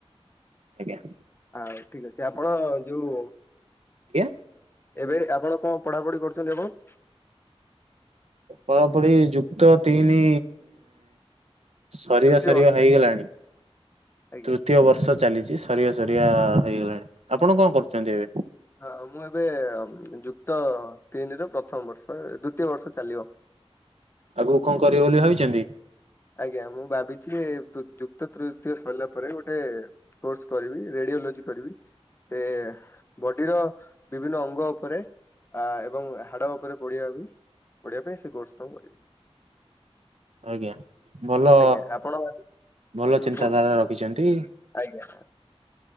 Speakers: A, on the right; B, on the left.
A: ଆଜ୍ଞା।
B: ଆ ଠିକ ଅଛି ଆପଣ ଯୋଉ
A: କିଏ?
B: ଏବେ ଆପଣ କଁ ପଢାପଢି କରୁଛନ୍ତି ଆପଣ?
A: ପଢ଼ାପଢି ଯୁକ୍ତ ତିନି ସରିବା
B: ତୃତୀୟ
A: ସରିବା
B: ବର୍ଷ
A: ହେଇଗଲାଣି
B: ଆଜ୍ଞା।
A: ତୃତୀୟ ବର୍ଷ ଚାଲିଚି। ସରିଆ ସରିଆ ହେଇଗଲାଣି ଆପଣ କଁ କରୁଚନ୍ତି ଏବେ?
B: ହଁ ମୁଁ ଏବେ ଯୁକ୍ତ ତିନି ର ପ୍ରଥମ ବର୍ଷ ଦ୍ଵିତୀୟ ବର୍ଷ ଚାଲିବ। <unintelligible>
A: ଆଗୁକୁ କଁ କରିବେ ବୋଲି ଭାବିଚନ୍ତି?
B: ଆଜ୍ଞା ମୁଁ ଭାବିଚି ଯୁକ୍ତ ତୃତୀୟ ସରିଲା ପରେ ଗୋଟେ କୋର୍ସ କରିବି ରେଡିଓଲୋଜି କରିବି ସେ ବଡିର ବିଭିନ୍ନ ଅଙ୍ଗ ଉପରେ ଆ ଏବଂ ହାଡ ଉପରେ ଓଡ଼ିଆ ବି ପଢିବା ପାଇଁ ସେ କୋର୍ସ ଟା ମୁଁ କରିବି।
A: ଆଜ୍ଞା ଭଲ
B: ଆଜ୍ଞା ଆପଣ ହୁଁ
A: ଭଲ ଚିନ୍ତାଧାରା
B: କୁହନ୍ତୁ
A: ରଖିଚନ୍ତି।
B: ଆଜ୍ଞା।